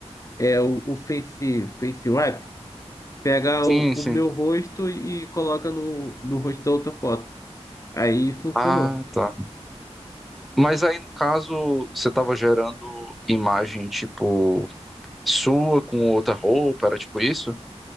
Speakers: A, on the left; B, in the centre.
A: é o, o Face, Face Wrap, pega
B: Sim,
A: o, o
B: sim.
A: meu rosto e coloca no, no rosto da outra foto. Aí funcionou.
B: Ah, tá. Mas aí, no caso, você estava gerando imagem, tipo, sua com outra roupa, era tipo isso?